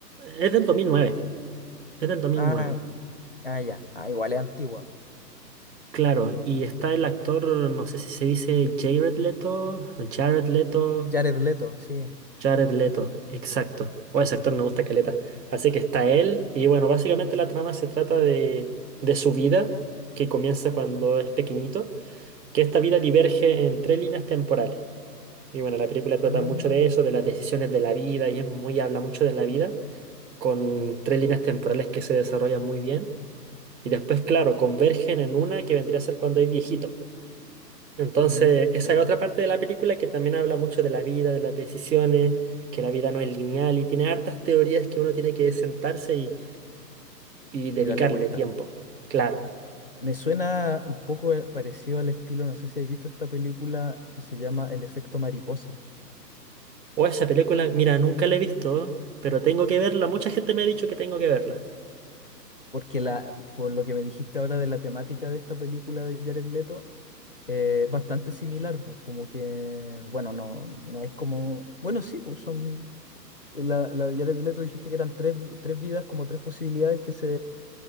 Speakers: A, on the right; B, on the left.
A: es del 2009. Es del 2009.
B: Ah, ah, ya. Ah, igual es antigua.
A: Claro, y está el actor, no sé si se dice Jared Leto o Jared Leto.
B: Jared Leto, sí.
A: Jared Leto, exacto. O ese actor me gusta caleta. Así que está él. Y bueno, básicamente la trama se trata de, de su vida, que comienza cuando es pequeñito, que esta vida diverge en tres líneas temporales. Y bueno, la película trata
B: Mm,
A: mucho de eso, de las decisiones de la vida, y es muy, habla mucho de la vida, con tres líneas temporales que se desarrollan muy bien. Y después, claro, convergen en una que vendría a ser cuando es viejito. Entonces,
B: mm,
A: esa
B: ya.
A: es otra parte de la película que también habla mucho de la vida, de las decisiones, que la vida no es lineal y tiene hartas teorías que uno tiene que sentarse y, y dedicarle
B: Y darle vuelta.
A: tiempo. Claro.
B: Sí. Me suena un poco eh, parecido al estilo, no sé si habéis visto esta película que se llama El efecto mariposa,
A: O esa película, mira, nunca la he visto, pero tengo que verla. Mucha gente me ha dicho que tengo que verla.
B: porque la, por lo que me dijiste ahora de la temática de esta película de Jared Leto, eh, es bastante similar, pues como que, bueno, no, no es como, bueno, sí, pues son Eh, La, la de Jared Leto dijiste que eran tres, tres vidas, como tres posibilidades que se,